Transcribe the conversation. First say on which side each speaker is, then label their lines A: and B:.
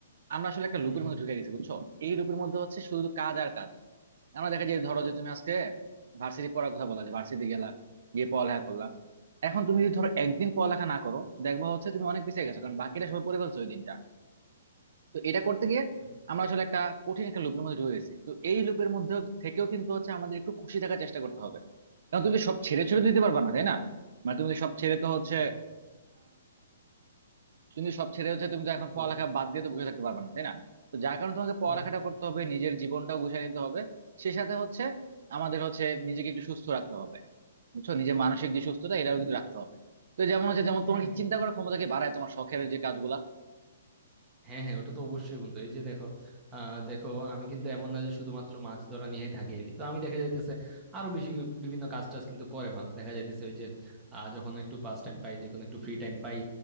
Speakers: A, on the right (about 65°); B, on the right (about 15°).
A: আমরা আসলে একটা লুপের
B: হুম হুম
A: মধ্যে ঢুকে গেছি বুঝছো এই লুপের মধ্যে হচ্ছে শুধু কাজ আর কাজ আমরা দেখা যায় ধরো যে তুমি আজকে ভার্সিটি পড়ার কথা বলা যে ভার্সিটি গেলা গিয়ে পড়ালেখা করলা এখন তুমি যদি ধরো একদিন পড়ালেখা না করো দেখবা হচ্ছে তুমি অনেক পিছিয়ে গেছো কারণ বাকিরা সবাই পড়ে ফেলছো ওই দিনটা তো এটা করতে গিয়ে
B: হুম
A: আমরা আসলে একটা কঠিন একটা লুপের মধ্যে ঢুকে গেছি তো এই লুপের মধ্যে থেকেও কিন্তু হচ্ছে আমাদের একটু খুশি থাকার চেষ্টা করতে হবে কারণ তুমি তো সব ছেড়ে ছেড়ে দিতে পারবা না তাই না মানে তুমি তো সব ছেড়ে তো
B: হুম
A: হচ্ছে
B: হুম, হুম,
A: কিন্তু সব ছেড়ে হচ্ছে
B: হুম,
A: তুমি তো এখন
B: ঠিক
A: পড়ালেখা
B: বলছো
A: বাদ দিয়ে তো বসে থাকতে পারবে না তাই না তো যার কারণে তোমাকে পড়ালেখাটা
B: হুম হুম
A: করতে হবে নিজের জীবনটাও গুছিয়ে নিতে হবে সে সাথে হচ্ছে আমাদের হচ্ছে নিজেকে একটু সুস্থ রাখতে হবে বুঝছো নিজের মানসিক যে সুস্থতা এটাও কিন্তু রাখতে হবে তো যেমন হচ্ছে যেমন তোমার
B: হ্যাঁ
A: কি চিন্তা করার ক্ষমতাকে বাড়ায় তোমার শখের যে কাজগুলা
B: হ্যাঁ হ্যাঁ ওটা তো অবশ্যই বন্ধু এই যে দেখো আহ দেখো আমি কিন্তু এমন না যে শুধুমাত্র মাছ ধরা নিয়েই থাকি আর কি তো আমি দেখা যাইতেছে আরো বেশি বিভিন্ন কাজ টাজ কিন্তু করে মানুষ দেখা যাইতেছে ওই যে আহ, যখন একটু পাস টাইম পাই যখন একটু ফ্রি টাইম পাই